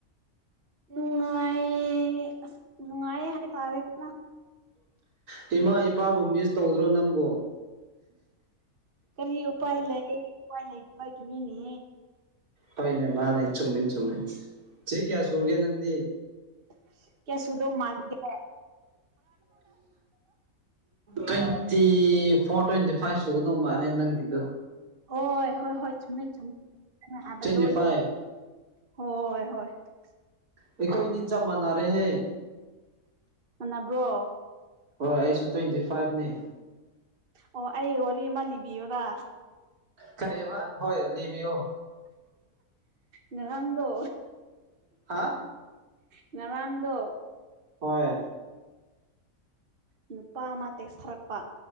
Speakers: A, on the right; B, on the right.
A: ꯅꯨꯡꯉꯥꯏ ꯑꯁ ꯅꯨꯡꯉꯥꯏ ꯍꯥꯏꯇꯥꯔꯦꯗꯅ
B: ꯀ ꯏꯃꯥ ꯏꯄꯥꯕꯨ ꯃꯤꯁ ꯇꯧꯗ꯭ꯔꯣ ꯅꯪꯕꯨ
A: ꯀꯔꯤ ꯎꯄꯥꯏ ꯂꯩ ꯎꯄꯥꯏ ꯂꯩꯇꯕꯒꯤꯅꯤꯅꯦ
B: ꯍꯣꯏꯅꯦ ꯃꯥꯅꯦ ꯆꯨꯝꯃꯤꯅ ꯆꯨꯝꯃꯤ ꯁꯤꯦ ꯀꯌꯥ ꯁꯨꯔꯒꯦ ꯅꯪꯗꯤ
A: <inaudible> ꯀ ꯁꯨꯗꯣ ꯃꯥꯥꯡꯒꯦ
B: ꯇ꯭ꯋꯦꯟꯇꯤ ꯐꯣꯔ ꯇ꯭ꯋꯦꯟꯇꯤ ꯐꯥꯏꯚ ꯁꯨꯒꯗꯧ ꯃꯥꯅꯦ ꯅꯪꯒꯤꯗꯣ
A: ꯍꯣꯏ ꯍꯣꯏ ꯍꯣꯏ ꯆꯨꯝꯃꯦ ꯆꯨꯝꯃꯦ ꯍꯥꯏꯕ
B: ꯇ꯭ꯋꯦꯟꯇꯤ
A: ꯂꯣꯏ
B: ꯐꯥꯏꯚ
A: ꯍꯣꯏ ꯍꯣꯏ ꯊ
B: ꯑꯩꯈꯣꯏꯅꯤ ꯆꯞ ꯃꯥꯟꯅꯔꯦꯍꯦ
A: ꯃꯕ꯭ꯔꯣ
B: ꯍꯣꯏ ꯑꯩꯁꯨ ꯇ꯭ꯋꯦꯟꯇꯤ ꯐꯥꯏꯚꯅꯤ
A: ꯑꯣ ꯑꯩ ꯋꯥꯔꯤꯃꯥ ꯂꯤꯕꯤꯌꯣꯔꯥ
B: ꯈꯔꯦꯕ ꯍꯣꯏ ꯂꯤꯕꯤ ꯑꯣ
A: ꯉꯍꯪꯗꯣ
B: ꯍꯥ
A: ꯉꯔꯥꯡꯗꯣ
B: ꯍꯣꯏ
A: ꯅꯨꯄꯥ ꯑꯃ ꯇꯦꯛꯊꯔꯛꯄ